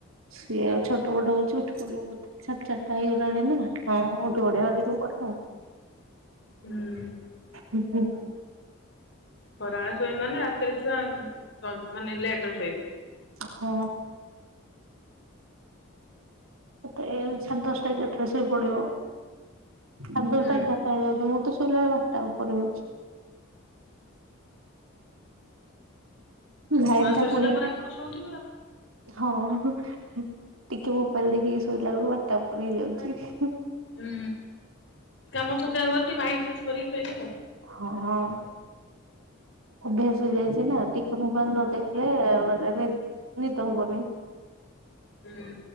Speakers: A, on the right (about 80°); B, on the left (about 55°).
A: ସିଏ ଆଉ ଛଟପଟ ହଉଛି ଉଠି ପଡ଼ିବ ବୋଧେ ସାଢ଼େ ଚାରିଟା ହେଇଗଲାଣି ନା ହଁ ପଡିଲ
B: ହୁଁ।
A: ହୁଁ ହୁଁ।
B: ହଇରାଣରେ ଶୋଇବି ମାନେ ରାତିରେ ଛୁଆ ମାନେ ଲେଟରେ ଶୋଇବେ
A: ହଁ। ଏତେ ସନ୍ତୋଷ ଟାଇ ଡ୍ରେସ ବି ପଡିବ । ସାଢ଼େ
B: ହୁଁ
A: ଦଶଟା ଏଗାର ଟା ହେଇଯାଉଛି ମୁଁ ମୁଁ ତ ଶୋଇଲା ବେଳକୁ ବାରଟା ଉପରେ ହଉଛି। ଲାଇନ
B: ଛୁଆ
A: ଟା
B: ଶୋଇ
A: ପୁଣି
B: ସାରିଲା ପରେ ଆପଣ ଶୋଉଥିବେ ଆଉ।
A: ହଁ ଟିକେ ମୋବାଇଲ ଦେଖିକି ଶୋଇଲା ବେଳକୁ ବାରଟା ଉପରେ ହେଇଯାଉଛି।
B: ହୁଁ କାମ ଥକାବତ ଟିକେ ମାଇଣ୍ଡ ଫ୍ରେଶ କରିକି ଶୋଇବା ଆଉ।
A: ଓ ହଁ। ଅଭ୍ୟାସ ହେଇଯାଇଛି ନା ଟିକେ ମୋବାଇଲ ନ ଦେଖିଲେ ମାନେ ନିଦ ହବନି।
B: ହୁଁ।